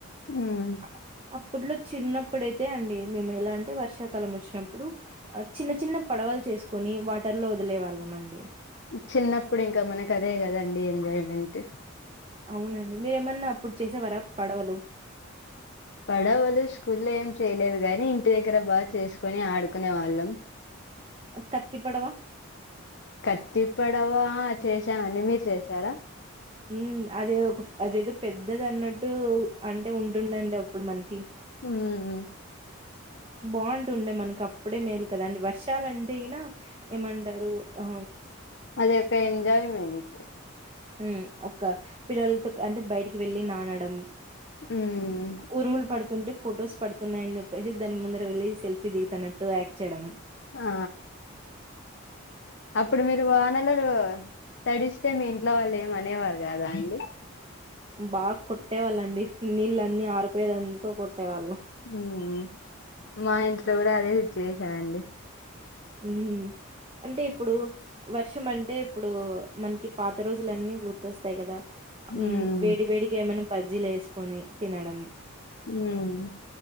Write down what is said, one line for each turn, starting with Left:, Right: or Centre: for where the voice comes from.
Left: మ్మ్
Right: అప్ అప్పట్లో చిన్నప్పుడైతే అండి, మేము ఎలా అంటే వర్షాకాలం వచ్చినప్పుడు, ఆ చిన్న చిన్న పడవలు చేసుకోని వాటర్ లో వదిలే వాళ్ళం అండి.
Left: చిన్నప్పుడు ఇంకా మనకు అదే కదండి ఎంజాయ్మెంట్
Right: అవునండి మీరేమన్నా అప్పుడు చేసేవార పడవలు
Left: పడవలు స్కూల్లో ఏం చేయలేదు గాని, ఇంటి దగ్గర బాగా చేసుకొని ఆడుకునే వాళ్ళం
Right: కత్తి పడవ?
Left: కత్తి పడవా ఆ చేశామండి మీరు చేసారా
Right: హమ్ అది ఒక అదేదో పెద్దది అన్నట్టు అంటే ఉంటుండే అండి అప్పుడు మనకి
Left: మ్ మ్
Right: బాగుంటుండే మనకు అప్పుడే మేలు కదా అండి వర్షాలుంటేనా ఏమంటారు ఆ
Left: అది ఒక ఎంజాయ్మెంట్
Right: హ్మ్ ఒక పిల్లలతో అంటే బయటికి వెళ్ళి నానడం
Left: మ్మ్
Right: ఉరుములు పడుతుంటే ఫోటోస్ పడుతున్నాయని చెప్పేసి దాని ముందర వెళ్ళి సెల్ఫీ దిగుతున్నట్టు యాక్ట్ చేయడం.
Left: ఆ అప్పుడు మీరు వానలు తడిస్తే మీ ఇంట్ల వాళ్ళు ఏం అనేవారు కదా అండి
Right: బాగా కొట్టే వాళ్ళండి నీళ్ళ అన్ని ఆరిపోయేదంత కొట్టేవాళ్ళం
Left: మ్ మా ఇంట్లో కూడా అదే సిట్యువేషన్ అండి
Right: హమ్మ్ అంటే ఇప్పుడు వర్షం అంటే ఇప్పుడు మనకి పాత రోజులన్నీ గుర్తొస్తాయి కదా మ్
Left: ఉమ్
Right: వేడి వేడిగా ఏమన్నా బ జిలేసుకొని తినడం
Left: హమ్